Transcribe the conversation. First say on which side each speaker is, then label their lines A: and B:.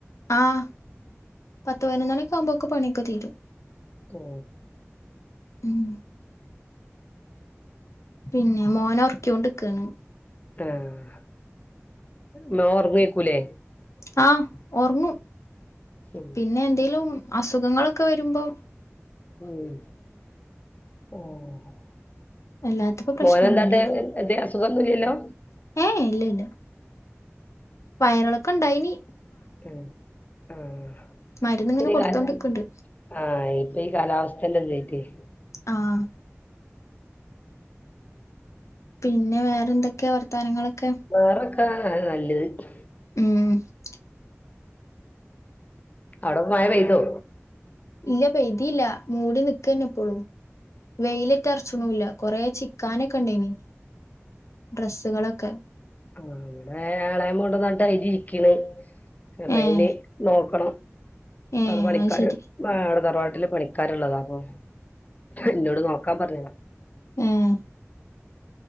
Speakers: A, on the left; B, on the left.
A: ആഹ പത്ത് പതിനൊന്ന് മണി യൊക്കെ ആവുമ്പോ ഒക്കെ പണിയൊക്കെ തീരും..
B: ഓ..
A: ഉം.. പിന്നെ മോനോർ.. ഓർക്കിയൊണ്ട് നിക്കാണ്..
B: ആഹ് ന്ന ഓർങ്ങേക്കൂലേ?
A: ആഹ് ഒർങ്ങും
B: ഉം
A: പിന്നെഎന്തേലും അസുഖങ്ങളൊക്കെ വെരുമ്പോ
B: ഉം ആഹ്
A: അല്ലാത്തപ്പോ പ്രശ്നൊന്നുല്ല
B: മോനെന്താട്ട് എന്തേ അസുഖമൊന്നുംല്ലല്ലോ?
A: ഏഹേ ഇല്ല, ഇല്ല വയറിളക്കം ഇണ്ടായ്നി.
B: ഉം ആഹ്
A: മരുന്ന് ഇങ്ങനെ കൊടുത്തോണ്ട്ക്ക്ണ്ട്
B: ഇകാല ആഹ് ഇപ്പോ ഈ കാലാവസ്ഥന്റെ ഇതായ്ട്ടെയ്
A: ആഹ് പിന്നെ വേറെഎന്തൊക്കെ വർത്താനങ്ങളൊക്കെ?
B: വേറൊക്കെ അങ്ങന്നല്ലെത്.
A: ഉം
B: അവ്ടെപ്പോ മയപെയ്തൊ
A: ഇല്ല പെയ്തില്ല മൂടി നിക്കെന്നെ ഇപ്പളും വെയിലേറ്റെ അർച്ച്ണൂല്ല. കൊറെ ചിക്കാനൊക്കെണ്ടയ്നി ഡ്രസ്സുകളൊക്കെ
B: ആഹ് ഇവടെ എളേമകൊണ്ടന്നട്ട് അരി ഇരിക്ണ് അപ്പയ്നി
A: ഏ
B: നോക്കണം
A: ഏ
B: അവ്ടെപണിക്കാര്
A: അത് ശരി
B: ആഹ് വ്ടെ തറവാട്ടില് പണിക്കാര്ള്ളതാപ്പോ ഇന്നോട് നോക്കാൻ പറഞ്ഞത.
A: ഉം